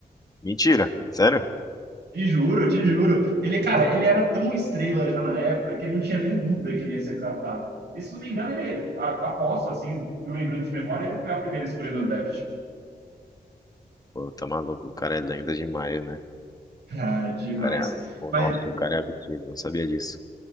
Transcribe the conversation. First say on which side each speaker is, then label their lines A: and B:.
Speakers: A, on the left; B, on the right.
A: Mentira, sério?
B: Te juro, te juro. Ele, cara, ele era tão estrela já na época que ele não tinha nem dúvida que ele ia ser draftado. E se não me engano, ele, aposto assim, eu lembrando de memória, ele foi a primeira escolha do draft. <laughs>
A: Pô, tá maluco, o cara é lenda demais, né?
B: Ah, demais.
A: Cara, é- pô,
B: Mas
A: nossa, o cara é absurdo, não sabia disso.